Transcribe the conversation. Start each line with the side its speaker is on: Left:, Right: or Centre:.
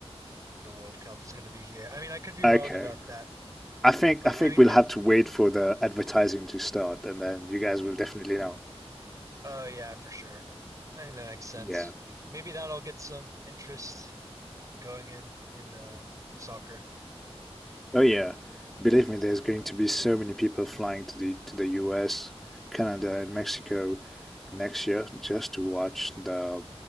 Right: the World Cup is going to be here. I mean, I could be
Centre: Okay.
Right: wrong about that,
Centre: I think
Right: but
Centre: I think
Right: I mean,
Centre: we'll
Right: oh,
Centre: have to wait for the advertising to start and then you guys will definitely know.
Right: oh yeah, for sure. I mean, that makes sense.
Centre: Yeah.
Right: Maybe that'll get some interest going in in uh soccer.
Centre: Oh yeah. Believe me, there's going to be so many people flying to the to the US, Canada and Mexico next year just to watch the